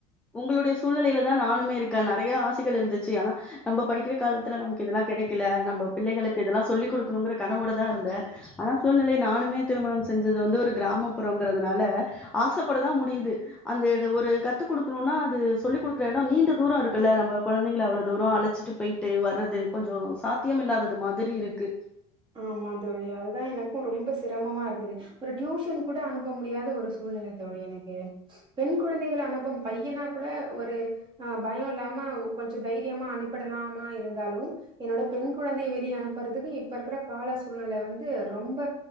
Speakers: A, in the centre; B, on the right.
A: உங்களுடைய சூழ்நிலைலதா அ நானுமே இருக்க நெறைய ஆசைகள் இருந்துச்சு ஆனா நம்ப படிக்கிற காலத்துல நமக்கு இதெல்லா கெடைக்கல நம்ப பிள்ளைகளுக்கு இதல்லா சொல்லி குடுக்கணுங்கற கனவோட தா இருந்தே ஆனா சூழ்நிலை நானுமே திருமணம் செஞ் இது இது வந்து ஒரு கிராமப்புறோங்கிறதுனால ஆசப்பட தா முடியுது அந்த எட ஒரு கத்து குடுக்கணுன்னா அது சொல்லி் குடுக்குற எடோ நீண்ட தூரோ இருக்குல்ல நம்ம கொழந்தைங்கள அவ்ளோ தூரோ அழைச்சிட்டு போயிட்டு வர்றது கொஞ்சோ சாத்தியம் இல்லாதது மாதிரி இருக்கு
B: ஆமா தோழி அதுதா எனக்கு ரொம்ப சிரமமா இருக்குது. ஒரு டியூஷன் கூட அனுப்ப முடியாத ஒரு சூழ்நிலை தோழி எனக்கு. பெண் குழந்தைகள அனுப்பம் பையன்னா கூட ஒரு ஆ பயோ இல்லாம கொஞ்ச தைரியமா அனுப்பிடலாமா இருந்தாலு என்னோட பெண் குழந்தைய வெளிய அனுப்புறதுக்கு இப்ப இருக்குற கால சூழ்நெல வந்து ரொம்ப